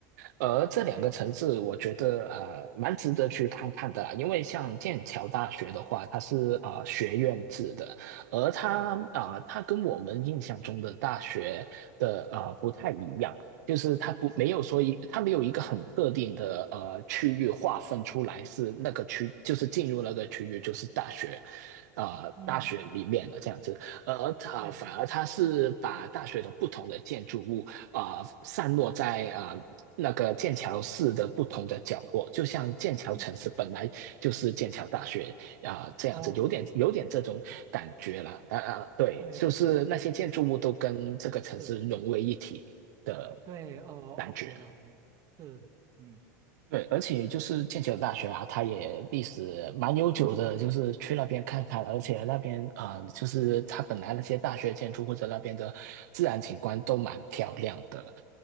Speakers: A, on the right; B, on the right.
A: 而这两个城市，
B: 哦，对，哎，
A: 我觉得呃蛮值得去看看的啦，因为像剑桥大学的话，它是呃学院制的，而它啊、
B: 对，
A: 呃它跟我们印象中的大学的呃不太一样，就是它不没有说一它没有一个很特定的呃区域划分出来是那个区，
B: 是，
A: 就是进入那个区域就是大学。啊、呃大学里面的这样子，
B: 嗯，
A: 而它反而它是把大学的不同的建筑物啊、
B: 对，
A: 呃散落在啊、呃那个剑桥市的不同的角落，就像剑桥城市本来就是剑桥大学啊、
B: 嗯
A: 呃这样子，
B: 哦，
A: 有点有点这种感觉啦。啊呃啊，对，
B: 对，OK，
A: 就是那些建筑物都跟这个城市融为一体的
B: 明白，是。对，哦，OK，OK，
A: 感觉。
B: 是，嗯
A: 对，而且就是剑桥大学啊，它也历史蛮悠久的，就是去那边看看，而且那边啊、呃就是它本来那些大学建筑或者那边的自然景观都蛮漂亮的。